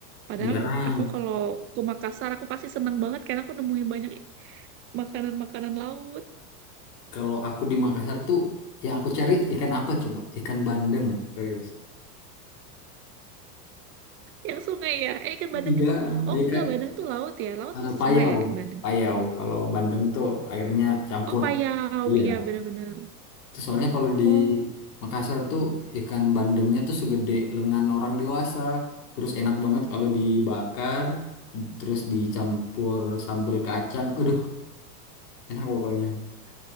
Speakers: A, on the right; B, on the left.
A: Padahal
B: Jarang.
A: aku kalau ke Makassar aku pasti seneng banget karena aku nemuin banyak makanan-makanan laut
B: Kalau aku di Makassar tuh yang aku cari ikan apa coba? Ikan bandeng, serius.
A: yang sungai ya. Eh ikan bandeng
B: Iya,
A: itu oh
B: ikan
A: enggak bandeng itu laut ya. Laut
B: eh,
A: itu
B: payau.
A: sungai ya ikan bandeng.
B: Payau kalau bandeng tuh airnya campur.
A: Oh payau,
B: Iya.
A: iya benar-benar.
B: Itu soalnya kalau di
A: Oh,
B: Makassar tuh ikan bandengnya tuh segede lengan orang dewasa. Terus enak banget kalau dibakar, terus dicampur sambal kacang. Aduh, enak pokoknya.